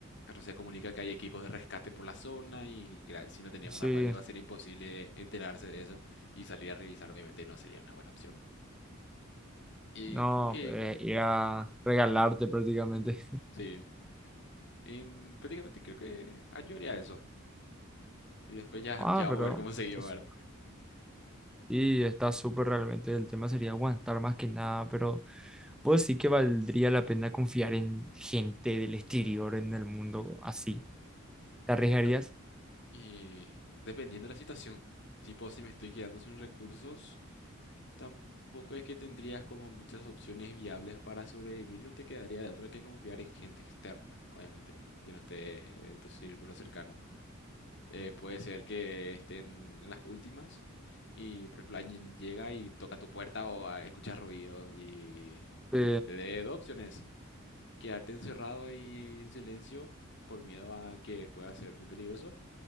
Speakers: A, on the left; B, in the centre.
A: se comunica que hay equipos de rescate por la zona y gra- si no teníamos
B: Sí,
A: una radio va a ser imposible enterarse de eso y salir a revisar obviamente no sería una buena opción. Y
B: no,
A: creo que
B: eh, ir a regalarte prácticamente.
A: sí, en- prácticamente creo que ah, yo haría eso y después ya,
B: Ah,
A: ya vamos
B: pero
A: a ver cómo seguimos,
B: pues,
A: ¿verdad?
B: Y está súper realmente, el tema sería aguantar más que nada, pero pues sí que valdría la pena confiar en gente del exterior, en el mundo así. ¿Te arriesgarías?
A: Yo, y dependiendo de la situación, tipo si me estoy quedando sin recursos, tampoco es que tendrías como muchas opciones viables para sobrevivir, no te quedaría de otra que confiar en gente externa, obviamente, que no esté en tu círculo cercano. eh, puede ser que estén en las últimas y, por ejemplo, alguien llega y toca tu puerta o ah, escuchas ruido y
B: Sí,
A: te dé dos opciones, quedarte encerrado y en silencio por miedo a que pueda ser muy peligroso,